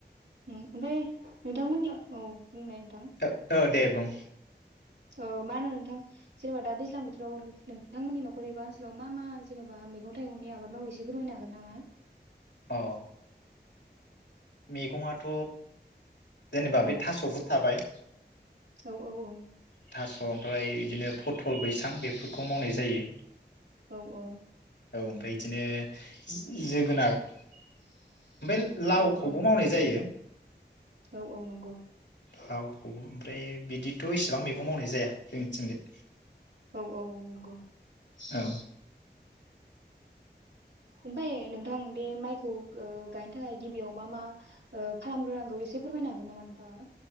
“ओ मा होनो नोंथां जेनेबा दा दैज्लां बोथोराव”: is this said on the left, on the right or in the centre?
Right